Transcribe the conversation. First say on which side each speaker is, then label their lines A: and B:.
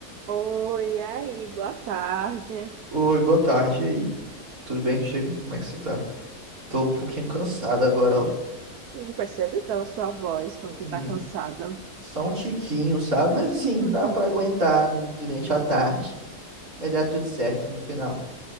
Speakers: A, on the right; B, on the right.
A: Oi, e aí, boa tarde.
B: Oi, boa tarde e aí. Tudo bem contigo? Como é que você tá? Tô um pouquinho cansado agora, ó.
A: Amigo, Percebe pela sua voz que você
B: Uhum.
A: tá cansada.
B: Só um tiquinho, sabe? Mas assim,
A: <laughs>
B: dá pra aguentar du- durante a tarde. Vai dar tudo certo no final.